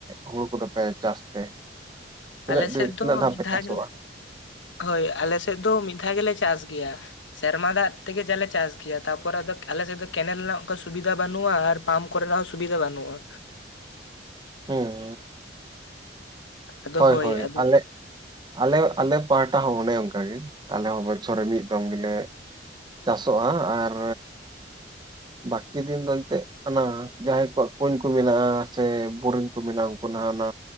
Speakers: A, on the right; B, on the left.
A: ᱦᱩᱲᱩ ᱠᱚᱫᱚ ᱯᱮ ᱪᱟᱥ ᱛᱮ? ᱛᱤᱱᱟᱹᱜ
B: ᱟᱞᱮ
A: ᱫᱤᱱ
B: ᱥᱮᱫ ᱫᱚ
A: ᱛᱤᱱᱟᱹᱜ ᱫᱷᱟᱣ
B: ᱢᱤᱫ
A: ᱯᱮ
B: ᱫᱷᱟ
A: ᱪᱟᱥᱚᱜᱼᱟ?
B: ᱜᱮᱞᱮ, ᱦᱳᱭ ᱟᱞᱮ ᱥᱮᱫ ᱫᱚ ᱢᱤᱫ ᱫᱷᱟ ᱜᱮᱞᱮ ᱪᱟᱥ ᱜᱮᱭᱟ᱾ ᱥᱮᱨᱢᱟ ᱫᱟᱜ ᱛᱮᱜᱮ ᱡᱮ ᱞᱮ ᱪᱟᱥ ᱜᱮᱭᱟ, ᱛᱟᱯᱚᱨ ᱟᱫᱚ ᱟᱞᱮᱥᱮᱫ ᱫᱚ ᱠᱮᱱᱮᱞ ᱨᱮᱱᱟᱜ ᱚᱱᱠᱟ ᱥᱩᱵᱤᱫᱷᱟ ᱵᱟᱹᱱᱩᱜᱼᱟ ᱟᱨ ᱯᱟᱢᱯ ᱠᱚᱨᱮᱱᱟᱜ ᱦᱚᱸ ᱥᱩᱵᱤᱫᱷᱟ ᱵᱟᱹᱱᱩᱜᱼᱟ᱾
A: ᱦᱩᱸ᱾
B: ᱟᱫᱚ
A: ᱦᱳᱭ ᱦᱳᱭ
B: ᱟᱫᱚ
A: ᱟᱞᱮ ᱟᱞᱮ-ᱟᱞᱮ ᱯᱟᱦᱴᱟ ᱦᱚᱸ ᱚᱱᱮ ᱚᱱᱠᱟᱟᱜᱮ᱾ ᱟᱞᱮ ᱦᱚᱸ ᱵᱚᱪᱷᱚᱨ ᱨᱮ ᱢᱤᱫ ᱫᱚᱢ ᱜᱮᱞᱮ ᱪᱟᱥᱚᱜᱼᱟ ᱟᱨᱻ᱾
B: <inaudible>
A: ᱵᱟᱹᱠᱤ ᱫᱤᱱ ᱫᱚ ᱮᱱᱛᱮᱫ ᱟᱱᱟ ᱡᱟᱦᱟᱸᱭ ᱠᱚᱣᱟᱜ ᱠᱩᱧ ᱠᱚ, ᱢᱮᱱᱟᱜᱼᱟ᱾ ᱥᱮ ᱵᱳᱨᱤᱱ ᱠᱚ ᱢᱮᱱᱟᱜᱼᱟ ᱩᱱᱠᱩ ᱱᱟᱦ ᱚᱱᱟ